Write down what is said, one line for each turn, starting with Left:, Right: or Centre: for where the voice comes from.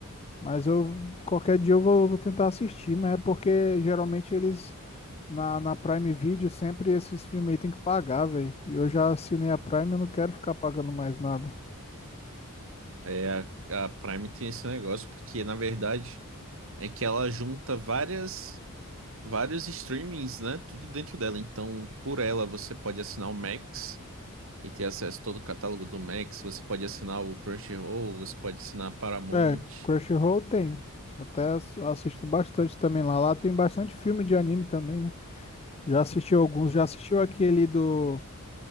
Left: Mas eu qualquer dia eu vou, vou tentar assistir, mas é porque geralmente eles na, na Prime Video sempre esses filmes aí tem que pagar, velho. E eu já assinei a Prime, eu não quero ficar pagando mais nada.
Right: É, a, a Prime tem esse negócio, porque na verdade é que ela junta várias, vários streamings, né? Tudo dentro dela. Então, por ela, você pode assinar o Max. e ter acesso a todo o catálogo do Max. Você pode assinar o Crunchyroll, você pode assinar a Paramount.
Left: É, Crunchyroll eu tenho. Até ass- assisto bastante também lá. Lá tem bastante filme de anime também, né? Já assistiu alguns, já assistiu aquele do